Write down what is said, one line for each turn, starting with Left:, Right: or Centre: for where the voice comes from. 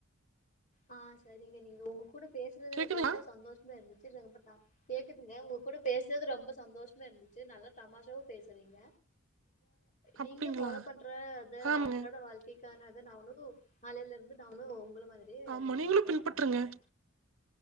Left: ஆ சரிங்க நீங்க உங்க கூட பேசுறது
Right: கேக்குதுங்களா?
Left: எனக்கு ரொம்ப சந்தோஷமா இருந்துச்சு ரொம்ப டாப் கேக்குதுங்க உங்க கூட பேசுறது ரொம்ப சந்தோஷமா இருந்துச்சு நல்லா தமாஷாவும் பேசுறீங்க
Right: அப்டிங்களா?
Left: நீங்க ஃபாலோ பண்ற அத
Right: ஆமாங்க.
Left: அன்றாட வாழ்ககை க்கனத நானு நாளைல இருந்து நானு உங்கள மாதிரியே
Right: ஆமா நீங்களும்
Left: ஃபாலோ
Right: பின்பற்றுங்க.
Left: பண்றேங்க